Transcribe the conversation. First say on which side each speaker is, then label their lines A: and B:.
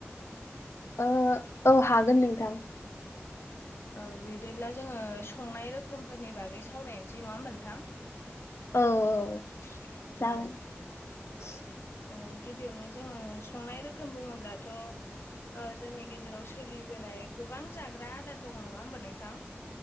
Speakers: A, on the left; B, on the left.
A: ओ औ हागोन नोंथां।
B: औ बिदिब्ला जोङो संनाय रोखोमफोरनि बागै सावरायनोसै नङा होमबा नोंथां?
A: औ औ। जागोन
B: औ।
A: <unintelligible>
B: ओ गिबियावनो जोङो संनाय रोखोम बुङोब्लाथ' ओ जोंनि गेजेराव सोलिबो नाय गोबां जाग्रा आदार दङ नङा होमबा नोंथां।